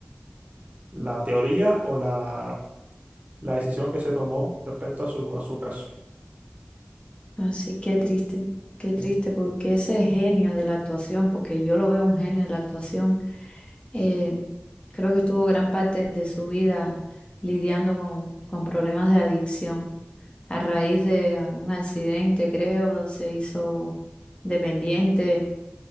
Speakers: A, on the right (about 35°); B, on the left (about 25°).
A: la teoría o la, la decisión que se tomó respecto a su, a su caso.
B: Así que triste, qué triste,
A: Eh,
B: porque ese genio de la actuación, porque yo lo veo un genio de la actuación, eh, creo que estuvo gran parte de su vida lidiando con, con problemas de adicción. A raíz de ah, un accidente, creo, se hizo dependiente